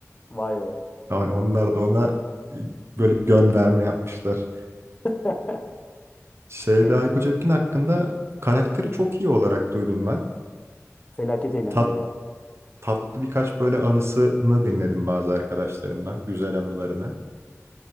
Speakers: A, on the left; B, on the right.
A: Vay be.
B: Yani onlar da ona e, böyle gönderme yapmışlar.
A: <laughs>
B: Şeyde
A: En,
B: Hayko Cepkin hakkında karakteri çok iyi olarak duydum ben.
A: felaket eğlenceli
B: Tat,
A: ya.
B: tatlı birkaç böyle anısını dinledim bazı arkadaşlarımdan. Güzel anılarını.